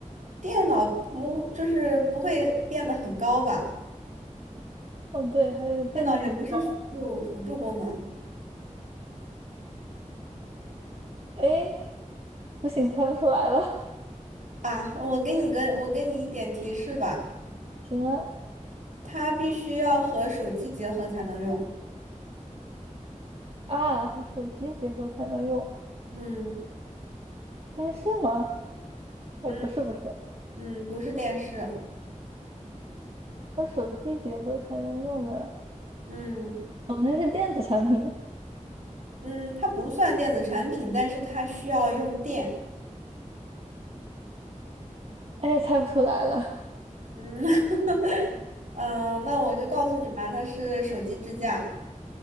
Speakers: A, on the right (about 75°); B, on the right (about 45°).
A: 电脑不就是不会变得很高吧？
B: 哦，对，还有一个变得很高。
A: 电脑也不是辅助辅助功能
B: 哎，不行，猜不出来了。<laughs>
A: 啊。我给你个我给你一点提示吧，
B: 行啊，
A: 它必须要和手机结合才能用。
B: 啊，和手机结合才能用
A: 嗯
B: 电视吗？
A: 嗯
B: 哎，不是不是，
A: 嗯，不是电视。
B: 和手机结合才能用的，
A: 嗯
B: 总之是电子产品。
A: 嗯，它不算电子产品，但是它需要用电。
B: 哎，猜不出来了。
A: 嗯，<laughs> 啊那我就告诉你吧，它是手机支架，